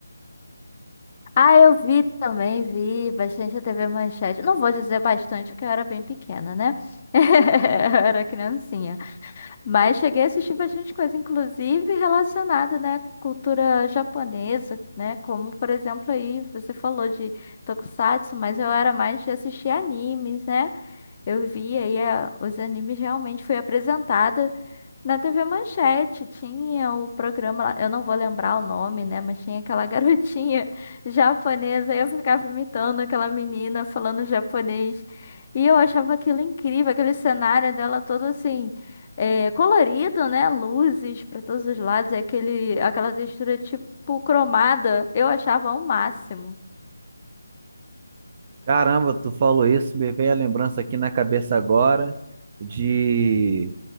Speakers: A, on the left (about 35°); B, on the right (about 30°).
A: Ah, eu vi também, vi bastante a TV Manchete. Não vou dizer bastante, porque eu era bem pequena, né? <laughs> Eu era criancinha. Mas cheguei a assistir bastante coisa, inclusive relacionada, né, à cultura japonesa, né? Como, por exemplo, aí você falou de Tokusatsu, mas eu era mais de assistir animes, né? Eu via e a- os animes realmente foi apresentada na TV Manchete. Tinha o programa lá, eu não vou lembrar o nome, né? Mas tinha aquela <laughs> garotinha japonesa. e Eu ficava imitando aquela menina falando japonês. E eu achava aquilo incrível, aquele cenário dela todo assim, é, colorido, né? Luzes para todos os lados, e aquele, aquela textura tipo cromada. Eu achava o máximo.
B: Caramba, tu falou isso, me veio a lembrança aqui na cabeça agora de